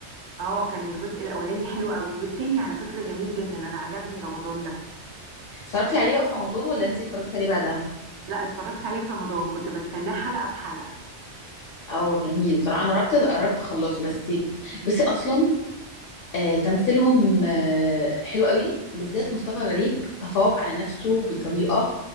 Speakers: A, on the right (about 75°); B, on the left (about 60°).
A: اه كان الجزء الاولاني حلو قوي والتاني على فكرة جميل جدا انا عجبني رمضان ده
B: اتفرجتي عليه بقى في رمضان ولا انتي اتفرجتي عليه بعدها
A: لا اتفرجت عليه في رمضان كنت بستناه حلقة بحلقة
B: اه جميل ترى انا قربت قربت اخلصه بس بصي اصلا آه، تمثيلهم آه، حلو قوي بالذات مصطفى غريب تفوق على نفسه بطريقة